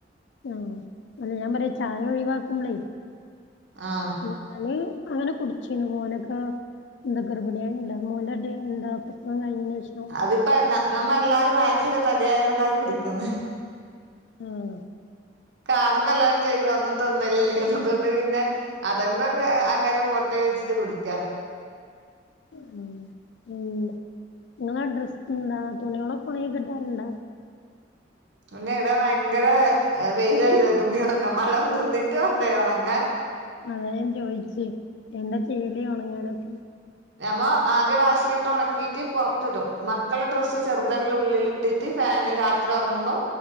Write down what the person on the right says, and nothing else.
ആഹ്
അതിപ്പ ന്ന നമ്മെല്ലാരും ഭയങ്കര തടിയായണ്ട കുടിക്കുന്നെ
കാണുമ്പോല്ലരും ചോയിക്കും ഒന്നും തിന്നലില്ലേ അതുകൊണ്ട് പിന്നെ അതെങ്കും അ അങ്ങനെ പോട്ടേ വെച്ചിട്ട് കുടിക്കാ
പിന്നെ വിടെ ഭയങ്കര വെയിലല്ലേ തുണി ഒണങ്ങ മഴം നിന്നിട്ട് വാണ്ടേ ഒണങ്ങാൻ
ഞമ്മ ആദ്യ വാഷിലിട്ട് ഒണക്കീട്ട് പൊറത്തിടും മക്കളുടെ ഡ്രസ്സ് ചെറുതല്ലെ ഉള്ളിൽ <unintelligible> ഫാന് രാത്രി ഒറങ്ങുമ്പോ